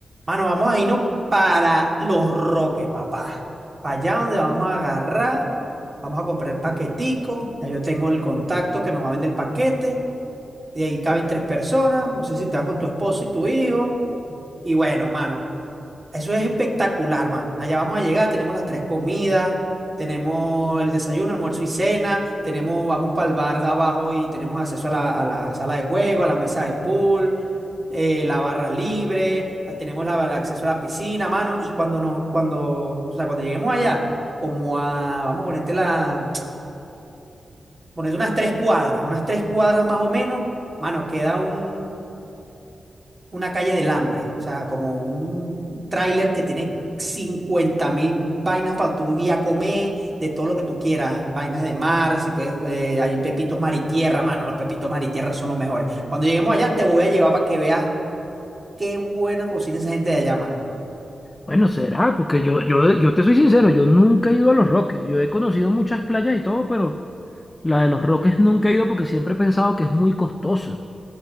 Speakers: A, on the right; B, on the left.
A: Mano, vamos a irnos para Los Roques, papá. Para allá donde vamos a agarrar, vamos a comprar el paquetico. Ya yo tengo el contacto que nos va a vender el paquete. De ahí caben tres personas. No sé si te vas con tu esposo y tu hijo. Y bueno, mano, eso es espectacular, mano. Allá vamos a llegar, tenemos las tres comidas, tenemos el desayuno, almuerzo y cena, tenemos, vamos para el bar de abajo y tenemos acceso a la, a la sala de juego, a la mesa de pool eh, la barra libre, la- tenemos la- el acceso a la piscina, mano, y cuando nos, cuando, o sea, cuando lleguemos allá, como a, vamos a ponerte la, <tsk> ponerte unas tres cuadras, unas tres cuadras más o menos, mano, queda un, una calle del hambre, o sea, como un tráiler que tiene cincuenta mil vainas para tu día comer, de todo lo que tú quieras, vainas de mar, si puedes, eh, hay pepitos mar y tierra, mano, los pepitos mar y tierra son los mejores. Cuando lleguemos allá te voy a llevar para que veas qué buena cocina esa gente de allá, mano.
B: Bueno, será, porque yo, yo, yo te soy sincero, yo nunca he ido a Los Roques. Yo he conocido muchas playas y todo, pero la de Los Roques nunca he ido porque siempre he pensado que es muy costosa.